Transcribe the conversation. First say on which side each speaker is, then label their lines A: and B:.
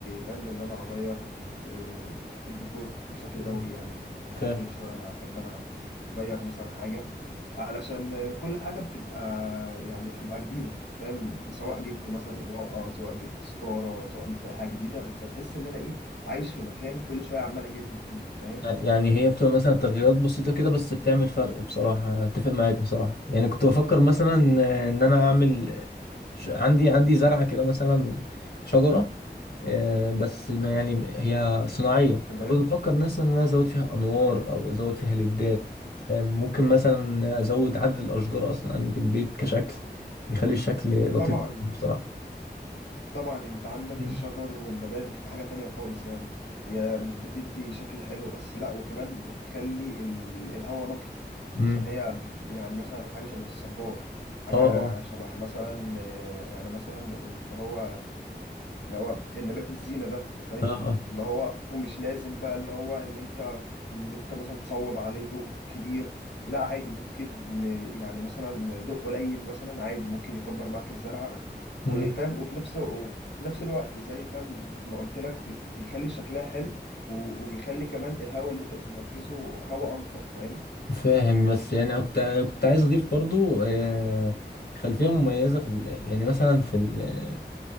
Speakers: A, on the left (about 80°); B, on the left (about 65°).
A: فاهم ان انا اغير آه الديكور بشكل
B: مم.
A: دوري يعني يعني
B: فاهم
A: كل شويه احب انا اغير مثلا حاجه علشان كل حاجه بتبقى يعني بتبقى جديده فاهم سواء جبت مثلا اضاءه سواء جبت ستاره سواء جبت اي حاجه جديده بس بحس ان انا ايه عايش في مكان كل شويه عمال اجدد فيه انت فاهم
B: لا يعني هي بتبقى مثلا تغييرات بسيطة كده بس بتعمل فرق بصراحة أنا أتفق معاك بصراحة يعني كنت بفكر مثلا إن أنا أعمل ش- عندي عندي زرعة كده مثلا شجرة آه، بس ما يعني هي صناعية
A: تمام
B: فبفكر مثلا إن أنا أزود فيها أنوار أو أزود فيها ليدات فاهم؟ ممكن مثلا أزود عدد الأشجار أصلا عندي في البيت كشكل بيخلي الشكل لطيف
A: طبعا
B: بصراحة
A: طبعا انت عندك
B: مم.
A: الشجر والنبات دي حاجه تانية خالص يعني هي مش بتدي شكل حلو بس لا وكمان بتخلي ال- الهواء نقي
B: مم.
A: عشان هي ب- يعني مثلا حاجه شبه الصبار حاجه
B: اه اه
A: شبه مثلا آه، يعني مثلا اللي هو اللي هو النبات الزينة ده فاهم
B: اه اه
A: اللي هو ومش لازم بقى اللي هو اللي انت اللي انت مثلا تصوب عليه ضوء كبير لا عادي ممكن يعني مثلا ضوء قليل مثلا عادي ممكن يكبر معاك الزرعة
B: مم.
A: وفاهم وفي نفس وفي نفس الوقت زي فاهم ما قلت لك بي- بيخلي شكلها حلو و- وبيخلي كمان الهواء اللي انت بتتنفسه هواء انقى فاهم
B: فاهم بس يعني أنا كنت كنت عايز اضيف برضو آه، خلفيه مميزه في ال... يعني مثلا في ال...